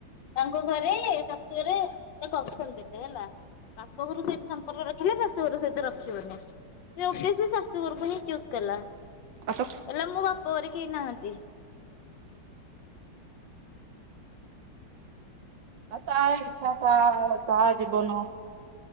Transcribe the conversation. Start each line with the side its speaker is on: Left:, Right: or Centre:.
Left: ତାଙ୍କ ଘରେ ଶାଶୁ ଘରେ ତାକୁ ଅପସନ୍ ଦେଲେ ହେଲା ବାପ ଘରୁ ସେଇ ସମ୍ପର୍କରେ ହେଲେ ଶାଶୁ ଘର ସହିତ ରଖିବନି, ଯଦି ସିଏ ଶାଶୁ ଘର ପାହିଁ ଚୁସ୍ କଲା।
Right: ଆଉ ତ
Left: ହେଲେ ମୋ ବାପ ପରେ କେହି ନାହାନ୍ତି।
Right: ଏ ତା ଇଚ୍ଛା ତା <unintelligible> ତା ଜୀବନ।